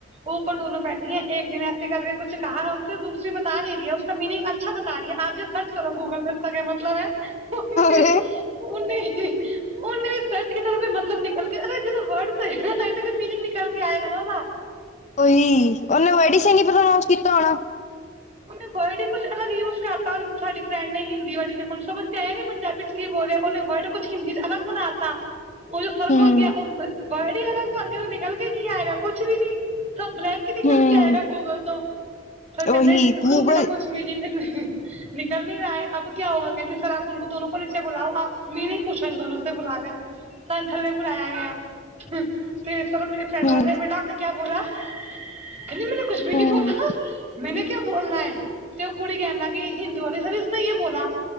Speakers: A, on the right; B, on the left.
A: ਵੋ ਉੱਪਰ ਦੋਨੋ ਬੈਠੀ ਹੈ। ਏਕ ਦਿਨ ਐਸੇ ਕਰਕੇ ਕੁਛ ਕਹਾ ਹ ਦੂਸਰੀ ਬਤਾ ਨਹੀਂ ਰਹੀ ਹੈ, ਉਸ ਮੀਨਿੰਗ ਅੱਛਾ ਬਤਾ ਰਹੀ ਹੈ, ਆਪ ਜਰਾ ਸਰਚ ਕਰੋ ''ਗੂਗਲ ਪੇ। ਉਸ ਕਾ ਕਿਆ ਮਤਲਬ ਹੈ? ਉਹਨੇ
B: ਅਰੇ
A: ਉਹਨੇ ਵੀ 'ਸਰਚ ਕੀਤਾ, ਮਤਲਬ ਨਿਕਲ ਜਦੋਂ ਵਰਡ ਕੋਈ ਮੀਨਿੰਗ ਨਿਕਲ ਕੇ ਆਏਗਾ ਨਾ ਉਹਦਾ
B: ਓਹੀ ਉਹਨੇ ਵਰਡੀ ਸਹੀ ਨੀ 'ਪ੍ਰਨਾਂਊਸ ਕੀਤਾ ਹੋਣਾ।
A: ਉਹਨੇ ਵਰਡ ਹੀ ਕੁਛ ਅਲਗ ਯੂਜ ਕਰਤਾ। ਸਾਡੀ ਫਰੈਂਡ ਨੇ ਹਿੰਦੀ ਵਾਲੀ ਨੇ, ਉਹਨੂੰ ਸਮਝ ਆ ਨ ਪੰਜਾਬੀ'ਚ ਕੀ ਬੋਲਿਆ ਉਹਨੇ ਵਰਡ ਕੁਛ ਹਿੰਦੀ'ਚ ਅਲੱਗ ਬਣਾ ਤ ''ਉਹ ਜੋ ਸਰ ਕੋਲ
B: ਹੂੰ
A: ਗਿਆ ਉਹ ਬੜੀ ਇਹ <unintelligible> ਨੂੰ ਨਿਕਲ ਕੇ ਕੀ ਆਏਗਾ ਕੁਛ ਵੀ ਨੀ ''ਬਲੈਂਕ ਨਿਕਲ
B: ਹੂੰ
A: ਕੇ ਆਏਗਾ ਗੂਗਲ ਤੋਂ, ਫੇਰ ਕਹਿੰਦੇ
B: ਉਹੀ
A: ਬੇ
B: ਗੂਗਲ
A: ਕੁਛ ਮਿਲਿੰ ਨਿਕਲ ਨਹੀਂ ਰਹਾ ਹੈ ਅਬ ਕਿਆ ਹੋਗਾ? ਕਹਿੰਦੇ ਸਰ ਆਪ ਦੋਨੋ ਕੋ ਨੀਚੇ ਬੁਲਾਓ। ਆਪ ਨੇ ਨਹੀਂ ਪੁੱਛੋ ਦੋਨੋ ਬੁਲਾ ਕਰ ਸਾੰਨ ਥੱਲੇ ਬੁਲਾਇਆ ਗਿਆ। ਤੇ ਸਰ ਮੇਰੀ 'ਫਰੈਂਡ
B: ਹੂੰ
A: ਨੀ ਕਹਿੰਦੇ ''ਬੇਟਾ। ਆਪ ਨੇ ਕਿਆ ਬੋਲਾ। <unintelligible> ਕਹਿੰਦੀ ''ਮੈਨੇ ਕੁੱਝ ਵੀ
B: ਹੂੰ
A: ਨਹੀਂ ਬੋਲਾ ''ਮੈਂਨੇ ਕਿਆ ਬੋਲਣਾ ਹੈ ਤੇ 'ਉਹ ਕੁੜੀ ਕਹਿਣ ਲਾਗੀ ਕਿ ਹਿੰਦੂਆਂ ਦੀ ਸ ਤੇ ਬੋਲਾ